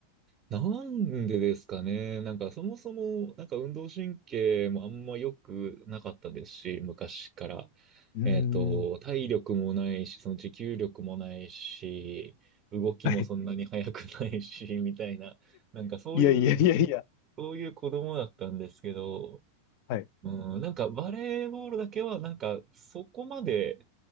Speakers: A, on the right; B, on the left.
A: なんでですかね。なんかそもそも、なんか運動神経もあんま良くなかったですし、昔から。
B: うー
A: えっと、
B: ん。
A: 体力もないし、その持久力もないし、動きもそんなに速くないし、
B: はい。
A: <laughs> みたいな。なんかそういう、
B: いやいやいやいや。
A: そういう子供だったんですけど、
B: はい。
A: うん、なんかバレーボールだけは、なんかそこまで、